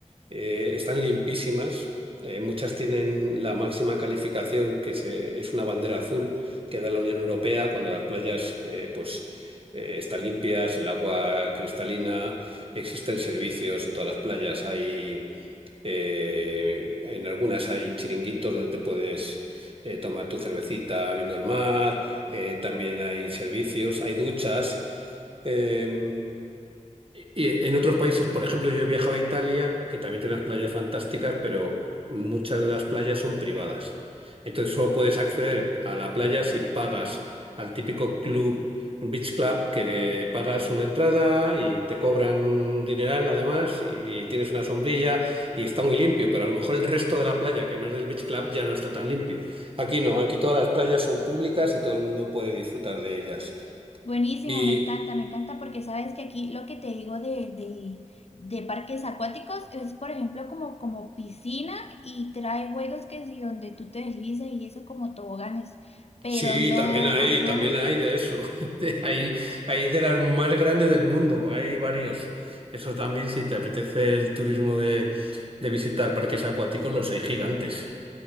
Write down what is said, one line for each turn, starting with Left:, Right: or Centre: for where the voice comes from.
Right: Eh, están limpísimas. Eh, muchas tienen la máxima calificación, que se- es una bandera azul que da la Unión Europea cuando las playas eh, pues, eh, están limpias, el agua cristalina, existen servicios en todas las playas. Hay eh, en algunas hay chiringuitos donde te puedes eh, tomar tu cervecita viendo el mar. Eh, también hay servicios, hay duchas. Em, y en otros países, por ejemplo, yo he viajado a Italia, que también tiene unas playas fantásticas, pero muchas de las playas son privadas. Entonces solo puedes acceder a la playa si pagas al típico club, beach club, que pagas una entrada y te cobran un dineral además, y, y tienes una sombrilla y está muy limpio, pero a lo mejor el resto de la playa, que no es del beach club, ya no está tan limpio. Aquí no, aquí todas las playas son públicas y todo el mundo puede disfrutar de ellas.
Left: Buenísimo,
Right: Y
Left: me encanta, me encanta, porque sabes que aquí lo que te digo de, de, de parques acuáticos es, por ejemplo, como, como piscina y trae juegos que si donde tú te deslizas y eso como toboganes, pero
Right: Sí,
Left: no,
Right: también hay,
Left: ajá.
Right: también hay de eso. <laughs> De- Hay, hay de las más grandes del mundo, hay varios. Eso también, si te apetece el turismo de, de visitar parques acuáticos, los hay gigantes.